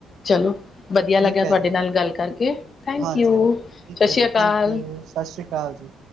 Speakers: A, on the left; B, on the right.
A: ਚਲੋ ਵਧੀਆ
B: ਠੀਕ
A: ਲੱਗਿਆ, ਤੁਹਾਡੇ
B: ਹੈ ਜੀ
A: ਨਾਲ ਗੱਲ ਕਰਕੇ, ਥੈਂਕ
B: ਹਾਂਜੀ
A: ਯੂ,
B: ਹਾਂਜੀ ਠੀਕ
A: ਸਤਿ ਸ਼੍ਰੀ
B: ਹੈ ਜੀ
A: ਅਕਾਲ।
B: ਥੈਂਕ ਯੂ ਸਤਿ ਸ਼੍ਰੀ ਅਕਾਲ ਜੀ।